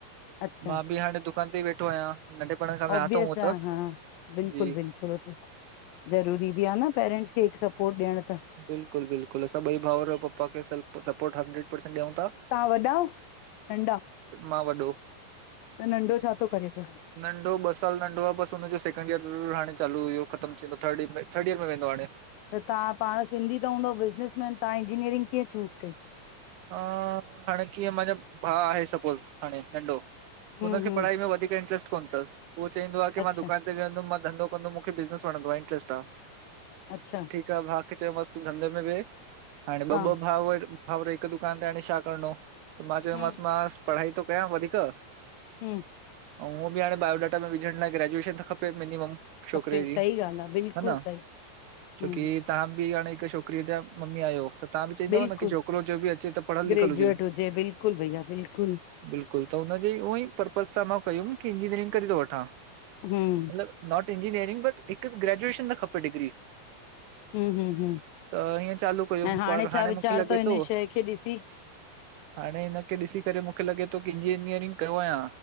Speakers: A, on the left; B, on the right.
A: अच्छा
B: मां बि हाणे दुकान ते ई वेठो आहियां, नंढेपण खां वेहयां
A: ऑब्वियस
B: तो हूंअं त,
A: आहे हा बिल्कुलु
B: जी।
A: ज़रूरी बि आहे न, पेरेंट्स खे हिकु सपोर्ट र्ॾियण त।
B: बिल्कुल बिल्कुल,, असां ॿई भाउर पपा खे स सपोर्टं हंड्रेड परसेंट ॾियूं ता।
A: तव्हां वॾा, नंढा?,
B: मां वॾो
A: त नंढो छा थो करे पियो?
B: नंढो ॿ साल नंढो आहे, बस हुनजो सैकेंड ईयर हाणे चालू हुयो ख़तमु थींदो थर्ड इयर, थर्ड ईयर में वेंदो हाणे।
A: त तव्हां, तहां सिंधी त हूंदव बिज़नेस मैंन। त तव्हां इंजीनियरिंग कीअं चूज़ कई?
B: हा, हाणे कीअं मां चयमि, भा आहे सपोज़, हाणे नंडो
A: हम्म
B: हुनखे
A: हम्म
B: पढ़ाई में वधीक इंट्रस्ट कोन अथसि, उहो चईंदो आहे की
A: अच्छा
B: मां दुकान विहंदम, मां धंदो कदमि, मूंखे बिज़नस वणंदो आ, इंटरेस्ट आ।
A: अच्छा
B: ठीक आहे भा खे चयो मांस् तूं धंधे में वेहे, हाणे ॿ
A: हा
B: ॿ भाव भावर हिक दुकान ते हाणे शा करणो, मां चयो
A: हम्म
B: मास मां पढ़ाई थो कयां वधीक
A: हमम
B: ऐं हुए ॿि हाणे बायोडाटा में विझण लाइ ग्रेजुएशन त खपे मिनिमम। छोकिरे
A: खपे,
B: जी
A: सही ॻाल्हि आ बिल्कुल
B: हा न
A: सही
B: छोकी
A: हम
B: तव्हां बि हाणे हिकु छोकिरी जा मम्मी आहियो त तव्हां बि चईंदव
A: बिल्कुलु
B: न की छोकिरो जो बि अ चे त पढ़ल
A: ग्रेजुएट
B: लिखल हुजे
A: बिल्कुलु भईया बिल्कुलु
B: बिलकुल त न जी उहोई पर्पस सां मां कयूं कि इंजिनियरिंग करे थो वठां।
A: हमम
B: लब नॉट इंजीनियरंग बट हिकु ग्रेजुएशन त खपे डिग्री।
A: हम हम हम,
B: त हीअं चालू कयुमि
A: ऐं हाणे
B: पर
A: छा विचार
B: मूंखे लॻे
A: थव हिन
B: थो
A: शइ खे ॾिसी?
B: हाणे हिनखे ॾिसी करे मूंखे लॻे थो कि इंजीनियरिंग कयो अयां।